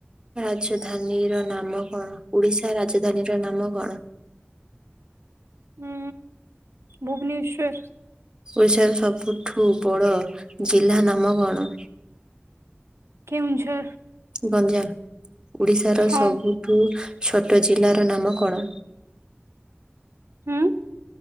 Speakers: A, on the right; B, on the right.
A: ରାଜଧାନୀର ନାମ କଣ ଓଡିଶା ରାଜଧାନୀର ନାମ କଣ?
B: ଉଁ ଭୁବନେଶ୍ୱର।
A: ଓଡିଶାର ସବୁଠୁ ବଡ ଜିଲ୍ଲା ନାମ କଣ?
B: କେଉଁଝର
A: ଗଞ୍ଜାମ। ଓଡିଶାର
B: ହଁ
A: ସବୁଠୁ ଛୋଟ ଜିଲ୍ଲାର ନାମ କଣ?
B: ହୁଁ?